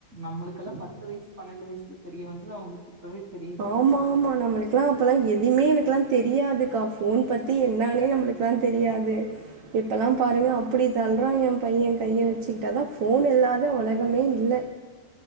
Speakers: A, on the right (about 50°); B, on the right (about 80°).
A: நம்மளுக்கெல்லா பத்து வய்சு பன்னெண்டு வய்சுல தெரியவந்தது அவுங்ளுக் இப்பவே தெரித்
B: ஆமா ஆமா நம்ளுக் இப்பெல்லா அப்பெல்லா எதுமே எனக்கெல்லா தெரியாதுக்கா. ஃபோன் பத்தி என்னான்னே நம்ளுக்குல்லா தெரியாது. இப்பெல்லா பாருங்க அப்பிடி தல்றா ஏ பையன் கைய வெச்சுக்கிட்டு அதா ஃபோன் இல்லாத உலகமே இல்ல.